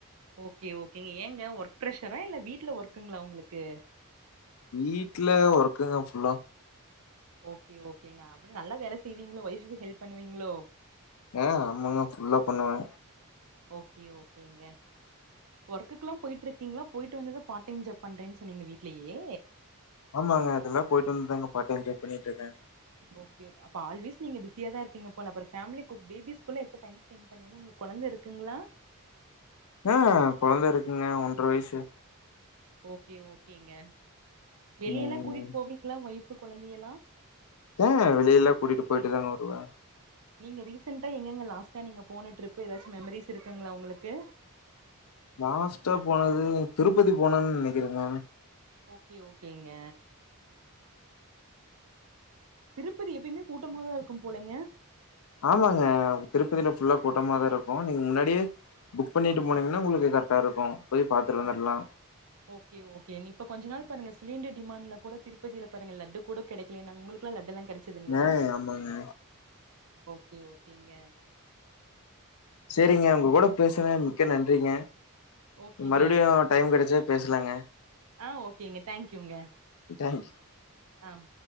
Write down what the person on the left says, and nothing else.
வீட்ல ஒர்க்குங்க ஃபுல்லா
அ ஆமாங்க ஃபுல்லா பண்ணுவே
ஆமாங்க அதுலா போயிட்டு வந்துதாங்க பார்ட் டைம் ஜாப் பண்ணிட்ருக்கே
ஆ கொழந்த இருக்குங்க ஒன்ற வயிசு
ம்
ஆ வெளியெல்லா கூட்டிட்டு போயிட்டு தாங்க வருவே
லாஸ்ட்டா போனது திருப்பதி போனன் நெனைக்கிறேங்க
ஆமாங்க திருப்பதியில ஃபுல்லா கூட்டமாதா இருக்கு நீங்க முன்னாடியே புக் பண்ணிட்டு போனீங்ன்னா உங்களுக்கு கரக்டா இருக்கு போய் பாத்துட்டு வந்துர்லா
ஆ ஆமாங்க
செரிங்க உங்க கூட பேசுனது மிக்க நன்றிங்க
மறுபடியு டைம் கெடச்சா பேசலாங்க
தேங்க்